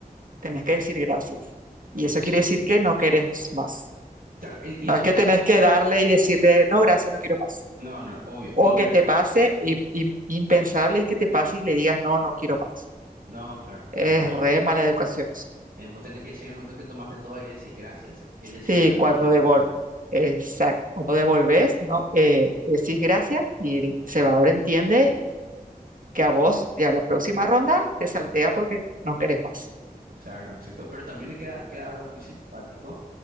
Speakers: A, on the right (about 65°); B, on the right (about 80°).
A: tenés que decir gracias. Y eso
B: Sí,
A: quiere decir que no querés más.
B: claro, e- y
A: No
B: eso,
A: es que
B: eso,
A: tenés que darle y decirle, no, gracias, no quiero más.
B: no, no, obvio,
A: O
B: y, pero,
A: que te pase, y, y- impensable es que te pase y le digas, no, no quiero más.
B: no, claro,
A: Es
B: claro.
A: re mala educación eso.
B: Eh, vos tenés que decir en el momento que tomaste todo y decís gracias, que
A: Sí,
B: ella sepa entonces
A: cuando
B: que no
A: devol
B: te sirva.
A: exacto, cuando devolves, no, eh, decís gracias y el cebador entiende que a vos, ya la próxima ronda, te saltea porque no querés más.
B: Claro, exacto. Pero también le queda, queda algo muy simpático,